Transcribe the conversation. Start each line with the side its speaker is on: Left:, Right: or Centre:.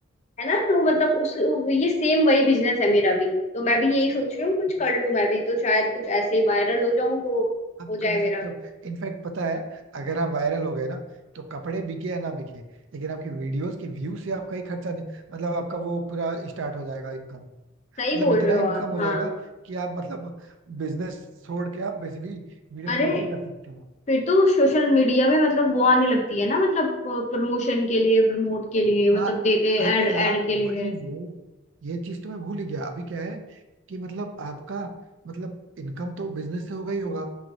Left: है ना तो मतलब उस ये सेम वही बिजनेस है मेरा भी तो मैं भी यही सोच रही हूँ कुछ
Right: है
Left: कर लूँ मैं भी तो शायद कुछ ऐसे ही वायरल हो जाऊं तो
Right: आप
Left: हो जाए
Right: कर सकते
Left: मेरा
Right: हो इनफैक्ट पता है अगर आप वायरल हो गए ना तो कपड़े बिके या ना बिके लेकिन आपकी वीडियोस के व्यू से आपका ही खर्चा नहीं मतलब आपका वो पूरा स्टार्ट हो जाएगा इनकम
Left: सही
Right: मतलब
Left: बोल
Right: इतना
Left: रहे हो आप
Right: इनकम हो
Left: हाँ
Right: जाएगा कि आप मतलब बिजनेस छोड़ के आप बेसिकली वीडियोग्राफी
Left: अरे
Right: कर सकते हो
Left: फिर तो सोशल मीडिया में मतलब वो आने लगती है ना मतलब प्रमोशन के लिए प्रमोट के लिए मतलब
Right: हाँ
Left: देते
Right: अरे
Left: ऐड ऐड
Right: यार
Left: के लिए
Right: वही वो ये चीज तो मैं भूल ही गया अभी क्या है कि मतलब आपका मतलब इनकम तो बिजनेस से होगा ही होगा